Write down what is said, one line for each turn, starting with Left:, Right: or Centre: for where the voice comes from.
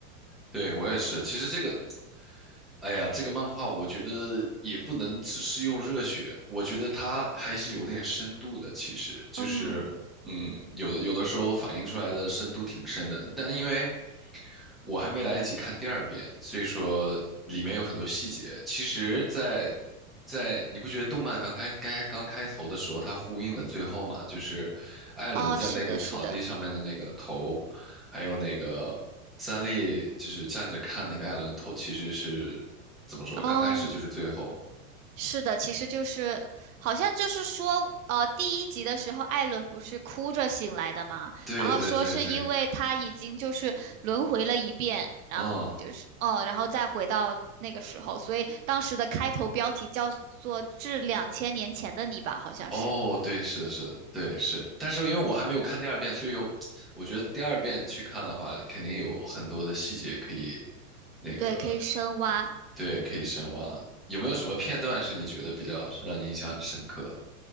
Centre: 对，我也是。其实这个哎呀，这个漫画我觉得也不能只是用热血，我觉得它还是有点深度的。其实就是，
Right: 嗯，
Centre: 嗯，有的有的时候反映出来的深度挺深的，但因为我还没来得及看第二遍，所以说里面有很多细节。其实在，在你不觉得动漫刚开该刚开头的时候，它呼应了最后嘛？就是艾伦在那个草地上面的那个头，
Right: 哦，是的，是的，
Centre: 还有那个三笠，就是站着看那个艾伦的头，其实是怎么说？
Right: 嗯。
Centre: 刚开始就是最后，
Right: 是的，其实就是好像就是说，呃，第一集的时候，艾伦不是哭着醒来的嘛，
Centre: 对对对对，
Right: 然后说是因为他已经就是轮回了一遍，然后就是哦，
Centre: 嗯，
Right: 然后再回到那个时候，所以当时的开头标题叫做《致两千年前的你》吧，好像是，
Centre: 哦，对，是的，是的，对是。但是因为我还没有看第二遍，所以有，<tsk> 我觉得第二遍去看的话，肯定有很多的细节可以，那个，
Right: 对，可以深挖，
Centre: 对，可以深挖。
Right: 嗯。
Centre: 有没有什么片段是你觉得比较让你印象很深刻的？